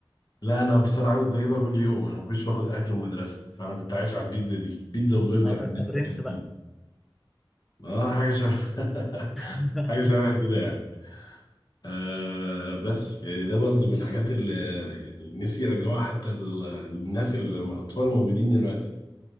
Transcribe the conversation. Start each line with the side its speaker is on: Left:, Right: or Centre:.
Left: لا انا بصراحه كنت بجيبها كل يوم انا ما كنتش باخد اكل من المدرسه فانا كنت عايش على البيتزا دي بيتزا وبرجر
Centre: النهارده
Left: عندنا
Centre: انت برنس
Left: في الكانتين اه حاجه شبه <laughs>
Centre: <laughs>
Left: حاجه شبه كده يعني آه بس يعني ده برضو من الحاجات اللي يعني نفسي يرجعوها حتى ال- الناس اللي- الاطفال الموجودين دلوقتي